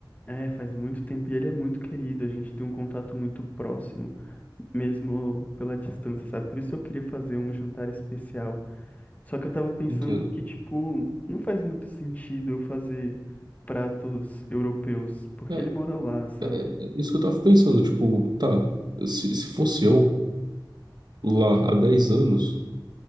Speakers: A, on the left; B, on the right.
A: É, faz muito tempo e ele é muito querido, a gente tem um contato muito próximo, mesmo pela distância, sabe? Por isso eu queria fazer um jantar especial. Só que eu tava pensando
B: Entendo.
A: que, tipo, não faz muito sentido eu fazer pratos europeus, porque
B: É,
A: ele mora lá, sabe?
B: é é isso que eu tava pensando, tipo, tá, se, se fosse eu lá há 10 anos,